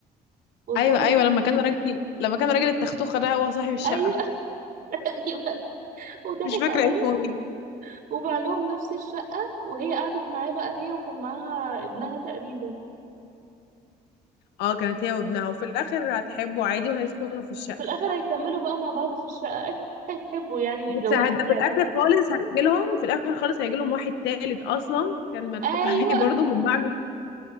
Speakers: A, on the right; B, on the left.
A: واضطروا
B: ايوه ايوه لما كان راجل لما كان راجل التختوخه ده هو صاحب الشقه
A: ايوه <laughs> ايوه وضحك
B: مش فاكره
A: عليها
B: اسمه ايه
A: وبقى لهم نفس الشقة وهي قعدت معاه بقى هي وكان معاها ابنها تقريبا
B: اه كانت هي وابنها وفي الاخر هتحبه عادي وهيسكنوا في الشقه
A: في الآخر هيكملوا بقى مع بعض في الشقة <laughs> أي- هيتحبوا يعني ويتجوزوا
B: بس هد-
A: فعلا
B: في الاخر خالص هيجي لهم في الاخر خالص هيجي لهم واحد تالت اصلا كان مضحوك
A: أيوة
B: <laughs> عليه برضه من بعد